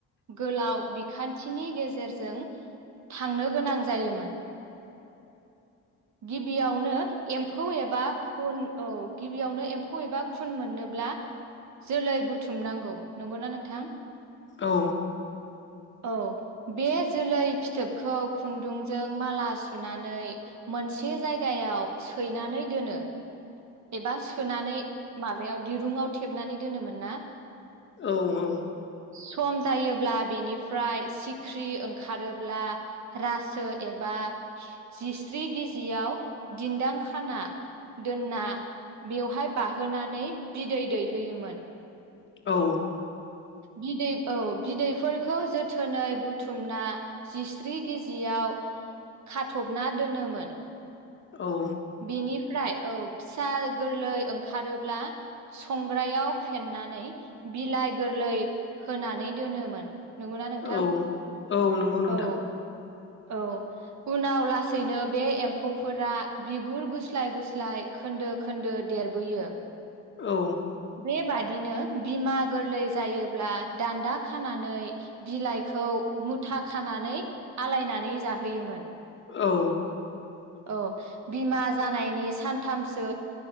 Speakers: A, on the right; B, on the left.
A: गोलाव बिखान्थिनि गेजेरजों थांनो गोनां जायोमोन गिबियावनो एम्फौ एबा खुन औ गिबियावनो एम्फौ एबा खुन मोननोब्ला जोलै बुथुम नांगौ नोंगौ ना नोंथां ।
B: औ
A: औ बे जोलै फिथोबखौ खुन्दुंजों माला सुनानै मोनसे जायगायाव सैनानै दोनो एबा सोनानै माबायाव दिरुंङाव थेबनानै दोनोमोन ना?
B: औ औ
A: सम जायोब्ला बेनिफ्राय सिख्रि ओंखारोब्ला रासो एबा बा जिस्रि गजियाव दिन्दां खाना दोनना बेवहाय बाहोनानै बिदै दैहोयोमोन ।
B: औ
A: बिदै औ बिदैफोरखौ जोथोनै बुथुमना जिस्रि गिजि याव खाथबना दोनोमोन।
B: औ
A: बेनिफ्राय औ फिसा गोरलै ओंखारोब्ला सं ग्रायाव फेन्नानै बिलाइ गोरलै होनानै दोनोमोन। नंगौ ना नोंथां?
B: औ औ नंगौ नोंथां
A: औ औ उनाव लासैनो बे एम्फौ फोरा बिगुर गुस्लाय गुस्लाय खोन्दो खोन्दो देरबोयो।
B: औ
A: बे बादिनो बिमा गोरलै जायोब्ला दान्दा खानानै बिलाइखौ मुथा खानानै आलायनानै जाहोयोमोन ।
B: औ
A: औ बिमा जानायनि सानथामसो